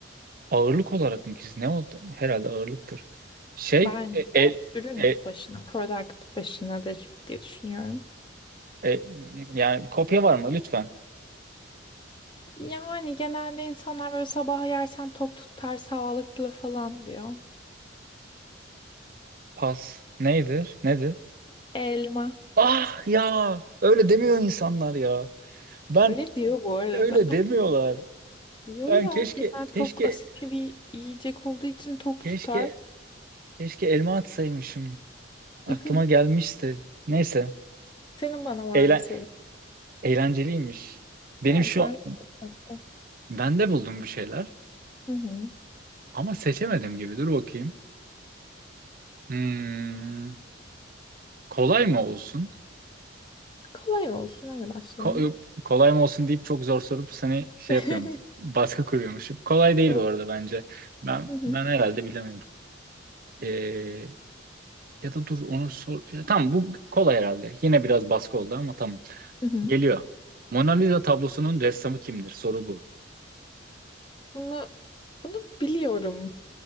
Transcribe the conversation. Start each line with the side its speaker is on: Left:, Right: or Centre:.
Right: Ağırlık olarak mı ki? Ne oldu? Herhalde ağırlıktır. Şey
Left: Bence
Right: e, el
Left: ürün
Right: e,
Left: başına, product başınadır diye düşünüyorum.
Right: e, yani kopya var mı lütfen?
Left: Yani genelde insanlar böyle sabah yersen tok tutar sağlıklı falan diyor.
Right: Pas. Neydir? Nedir?
Left: Elma.
Right: Ah ya öyle demiyor insanlar ya. Ben
Left: Öyle diyor bu arada.
Right: öyle demiyorlar.
Left: <laughs> Diyor
Right: Ben
Left: ya
Right: keşke
Left: genel
Right: keşke
Left: tok asitli bir yiyecek olduğu için tok
Right: keşke
Left: tutar.
Right: Keşke elma atsaymışım. Aklıma
Left: <laughs>
Right: gelmişti. Neyse.
Left: Senin bana var
Right: Eğlen
Left: mı sorun?
Right: eğlenceliymiş. Benim
Left: Evet
Right: şu
Left: ben de-
Right: ben de buldum bir şeyler
Left: Hı hı.
Right: ama seçemedim gibi. Dur bakayım. Hmm, kolay mı olsun?
Left: Kolay olsun öyle başlayalım.
Right: Ko- kolay mı olsun deyip çok zor sorup seni şey
Left: <laughs>
Right: yapıyormuşum. Baskı kuruyormuşum. Kolay değil
Left: O-
Right: bu arada bence. Ben
Left: Hı hı.
Right: ben herhalde bilemiyordum. Ee, ya da dur onu sor. Ya, tamam bu kolay herhalde. Yine biraz baskı oldu ama tamam.
Left: Hı hı.
Right: Geliyor. Mona Lisa tablosunun ressamı kimdir? Soru bu.
Left: Bunu bunu biliyorum